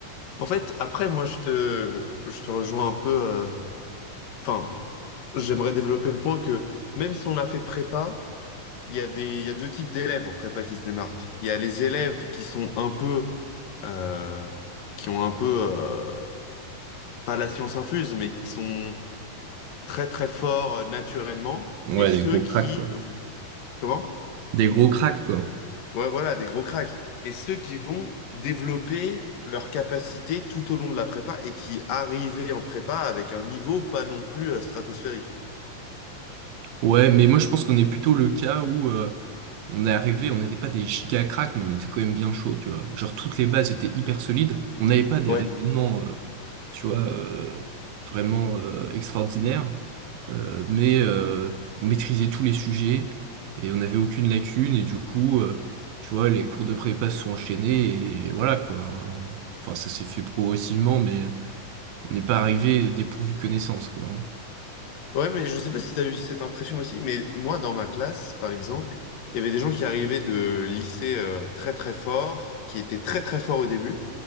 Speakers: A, on the left; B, on the right.
A: En fait, après, moi, je te, je te rejoins un peu. euh, Enfin, j'aimerais développer le point que même si on a fait prépa, il y a des, il y a deux types d'élèves en prépa qui se démarquent. Il y a les élèves qui sont un peu, euh, qui ont un peu, euh, pas la science infuse, mais qui sont très, très forts euh, naturellement.
B: Ouais,
A: Et ceux
B: des gros
A: qui,
B: cracks, quoi.
A: comment?
B: Des gros cracks, quoi.
A: Ouais, voilà, des gros cracks. Et ceux qui vont développer leur capacité tout au long de la prépa et qui arrivaient en prépa avec un niveau pas non plus euh, stratosphérique.
B: Ouais, mais moi je pense qu'on est plutôt le cas où euh, on est arrivé, on n'était pas des giga cracks, mais on était quand même bien chaud, tu vois. Genre toutes les bases étaient hyper solides, on n'avait pas des
A: Ouais.
B: raisonnements, euh, tu vois, euh, vraiment euh, extraordinaires, Euh, mais euh, on maîtrisait tous les sujets et on n'avait aucune lacune, et du coup, euh, tu vois, les cours de prépa se sont enchaînés et voilà quoi. On- Enfin, ça s'est fait progressivement, mais on n'est pas arrivé dépourvu de connaissances, quoi. hein.
A: Ouais, mais je sais pas si tu as eu cette impression aussi, mais moi, dans ma classe, par exemple, il y avait des gens qui arrivaient de lycée euh, très très forts, qui étaient très très forts au début,